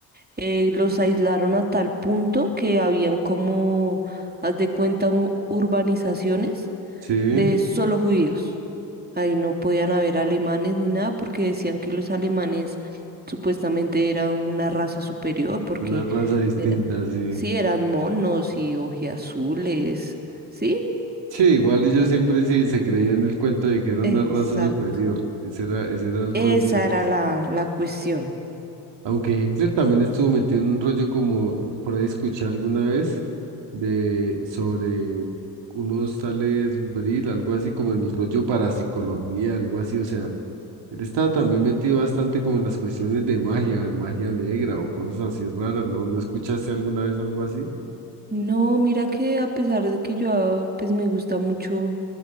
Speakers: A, on the right; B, on the right.
A: eh, los aislaron a tal punto que habían como, haz de cuenta, u- urbanizaciones
B: sí,
A: de solo judíos. Ahí no podían haber alemanes ni nada porque decían que los alemanes supuestamente era una raza superior porque
B: una raza distinta,
A: era,
B: sí.
A: sí, eran monos y ojiazules, ¿sí?
B: Sí, igual ellos siempre sí se creían el cuento de que era
A: Exacto.
B: una raza superior. Ese era, ese era el rollo
A: Esa
B: de los.
A: era la, la cuestión.
B: Aunque Hitler también estuvo metido en un rollo como por ahí escuché alguna vez de sobre unos tales Brill, algo así como en el rollo parapsicología, algo así. O sea, él estaba también metido bastante como en las cuestiones de magia, magia negra o cosas así raras. ¿No, no escuchaste alguna vez algo así?
A: No, mira que a pesar de que yo ah, pues me gusta mucho